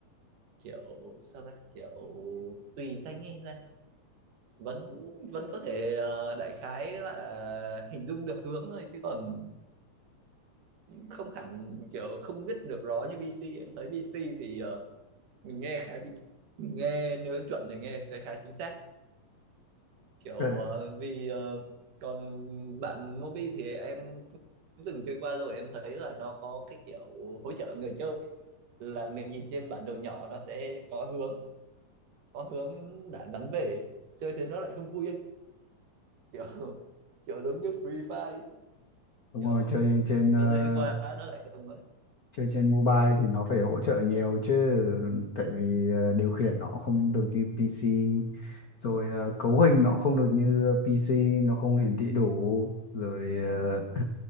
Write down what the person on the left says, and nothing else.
Ờ,
đúng
rồi chơi trên
ờ,
chơi trên mobile thì nó phải hỗ trợ nhiều chứ tại vì ờ, điều khiển nó không được như PC rồi ờ, cấu hình nó không được như PC nó không hiển thị đủ rồi ờ,